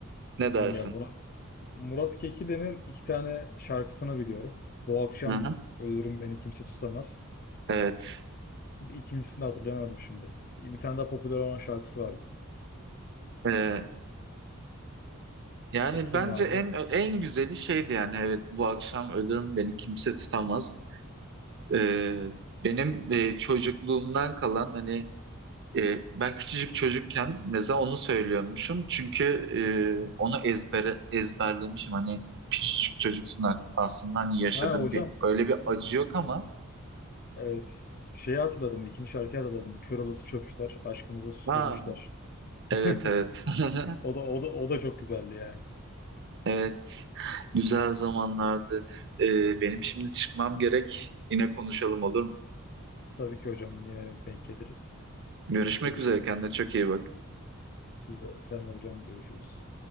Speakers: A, on the right (about 55°); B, on the left (about 45°).
A: ne dersin?
B: Ya Murat, Murat Kekilli'nin iki tane şarkısını biliyorum. Bu akşam
A: Hı hı.
B: Ölürüm Beni Kimse Tutamaz.
A: Evet.
B: İkincisini de hatırlayamadım şimdi. Bir tane daha popüler olan şarkısı vardı.
A: Ee, yani
B: Ee, kim
A: bence
B: vardı?
A: en en güzeli şeydi yani evet bu akşam ölürüm beni kimse tutamaz. Ee, benim e, çocukluğumdan kalan hani e, ben küçücük çocukken mesela onu söylüyormuşum çünkü e, onu ezbere ezberlemişim hani küçücük çocuksun artık aslında hani yaşadığın
B: Ha hocam.
A: bir öyle bir acı yok ama
B: Evet. Şeyi hatırladım. İkinci şarkıyı hatırladım. Kör olası çöpçüler. Aşkımızı süpürmüşler.
A: ha
B: <laughs>
A: evet evet <laughs>
B: O da o da o da çok güzeldi ya.
A: Evet, güzel zamanlardı. Ee, benim şimdi çıkmam gerek. Yine konuşalım olur mu?
B: Tabii ki hocam yine denk geliriz.
A: Görüşmek
B: Görüşürüz.
A: üzere. Kendine çok iyi bak.
B: Biz de- Sen de hocam görüşürüz.